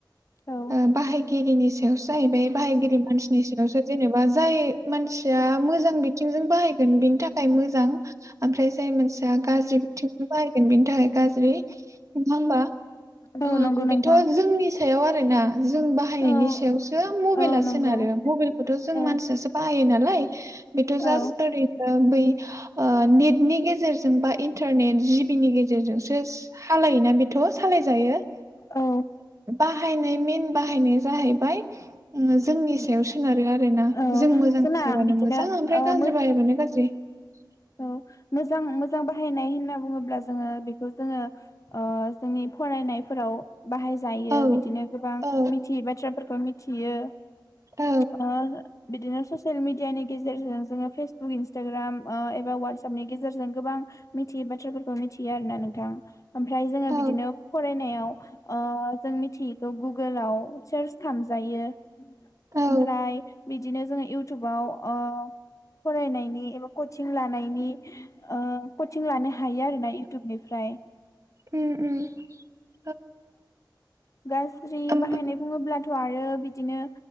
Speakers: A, on the left; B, on the right.
A: औ
B: ओ बाहायगिरिनि सायावसो जाहैबाय बाहायगिरि मानसिनि सायावसो जेनेबा जाय मानसिया मोजां बिथिंजों बाहायगोन बिनि थाखाय मोजां ओमफ्राय जाय मानसिया गाज्रि बिथिं बाहाय बेनि थाखाय गाज्रि नंआ होमबा।
A: औ
B: ओ
A: नंगौ नोंथां
B: बेथ' जोंनि सायाव आरोना जों बाहायनायनि
A: औ
B: सायावसो मबाइला
A: औ नंगौ
B: सोनारो मबाइलखौथ' जों
A: औ
B: मानसियासो बाहायो नालाय लाय बेथ'
A: औ
B: जास्ट ओरै बै ओ नेट नि गेजेरजों बा इन्टारनेट जिबिनि गेजेरजोंसो सालायोना बेथ' सालाय जायो।
A: औ
B: बाहायनाय मेन बाहायनाय जाहैबाय जोंनि सायाव सोनारो आरो ना
A: औ
B: जों मोजां
A: जोंना
B: जाह
A: बिदिनो
B: मोजां ओमफ्राय
A: ओ
B: गाज्रि
A: मोज
B: बायोबानो गाज्रि? <inaudible>
A: औ म। मोजां मोजां बाहायनाय होनना बुङोब होमब्ला जोङो बेखौ जोङो जोंनि फरायनायफोराव बाहाय जायो
B: औ
A: बिदिनो गोबां
B: औ
A: मिथियै बाथ्राफोरखौ मिथियो।
B: औ
A: अ। बिदिनो ससियेल मिडियानि गेजेरजों जोङो फेसबुक इन्सटाग्राम एबा वाटसपनि गेजेरजों गोबां मिथियै बाथ्राफोरखौ मिथियो आर ना नोंथां ओमफ्राय जोङो
B: औ
A: बिदिनो फरायनायाव ओ जों मिथियैखौ गुगोलाव सार्च खालामजायो।
B: औ
A: ओमफ्राय बि बिदिनो जोङो इउटुबाव ओ फरायनायनि एबा कदचिं लानायनि ओ। कदचिं लानोहायो आरोना इउटुबनिफ्राय।
B: उम <inaudible>
A: गाज्रि
B: ओमफ्राय
A: बाहायनाय बुङोब्ला थ आरो बिदिनो